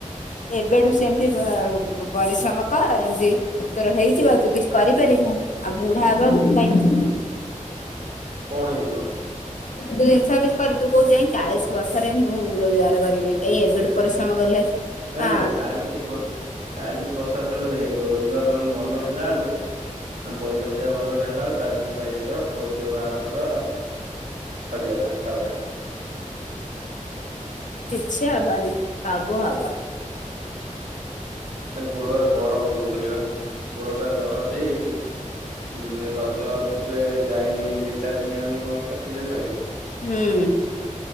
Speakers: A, on the left; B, on the right.
A: ଏବେଠୁ ସେମତି ପରିଶ୍ରମ କର ଯେମତି ତୋର ହେଇଛି ବା ତୁ କିଛି କରିପାରିବୁ ଆଉ ବୁଢା ହେବା କଣ ପାଇଁ ଯିବୁ
B: କଅଁ ହେଇଯିବ।
A: ଜିନିଷ କି କରି ତୁ କହୁଛୁ ଏଁ ଚାଳିଶ ବର୍ଷରେ ମୁଁ ରୋଜଗାର କରିବି ଏଇ ଏବେଠୁ ପରିଶ୍ରମ କଲେ।
B: ନାଇଁ
A: ଆ
B: ନାଇଁ ଚାଳିଶ ବର୍ ଚାଳିଶ ବର୍ଷ ତେଳୁ ଏତୁ ରୋଜଗାର ମାନେ ଭଲ ହେଲା ବେଳକୁ ପଇସା ଫଇସା ଭଲରେ ହେଲା ବେଳେ ଚାଳିଶ ବର୍ଷ ହେଇଯାଇ ତ ପୁଅ ଝିଅ ବାହାଘର କର। ସରିଗଲା ତାପରେ
A: କିଛି ହବନି ସବୁ ହବ।
B: ଗୋଡରେ ବରଫ ଦଉଥିଲି ବା ଗୋଡ ଟା ଦରଜ ହେଇଯାଇଛି। ହୁଁ ରଜ ଛୁଟି ରେ ଯାଇନି ଦି ଚାରି ଦିନ ହେଲାଣି କଣ କହିଲ ପିଜଓ ଥେରାପୀ।
A: ହୁଁ।